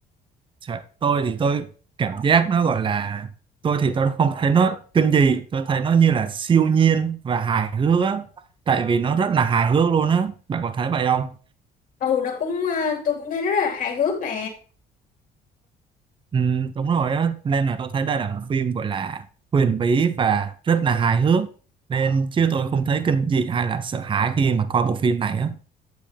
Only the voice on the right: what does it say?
Dạ, tôi thì tôi cảm giác nó gọi là tôi thì tôi không thấy nó kinh dị tôi thấy nó như là siêu nhiên và hài hước á tại vì nó rất là hài hước luôn á bạn có thấy vậy không
ừ, đúng rồi á nên là tôi thấy đây là một phim gọi là huyền bí và rất là hài hước nên chứ tôi không thấy kinh dị hay là sợ hãi khi mà coi bộ phim này á